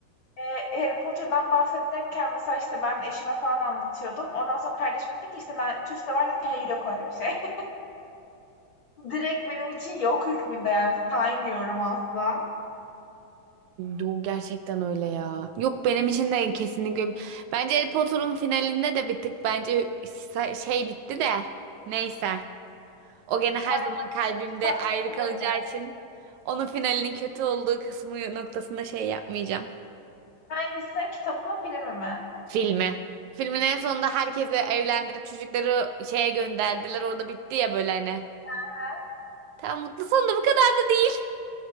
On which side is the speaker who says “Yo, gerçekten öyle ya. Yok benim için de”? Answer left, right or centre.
Right